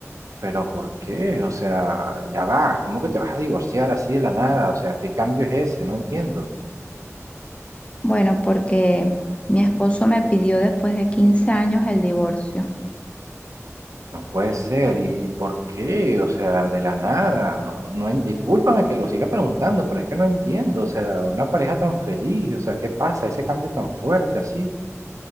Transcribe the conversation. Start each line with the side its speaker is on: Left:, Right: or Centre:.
Right: pero ¿por qué? O sea, ya va, ¿cómo que te vas a divorciar así de la nada? O sea, ¿qué cambio es ese? No entiendo,
Left: Bueno, porque mi esposo me pidió después de 15 años el divorcio.
Right: no puede ser, ¿y, y por qué? O sea, de la nada, no, no, no en- discúlpame que lo siga preguntando, pero es que no entiendo, o sea, una pareja tan feliz, o sea, ¿qué pasa? Ese cambio tan fuerte así,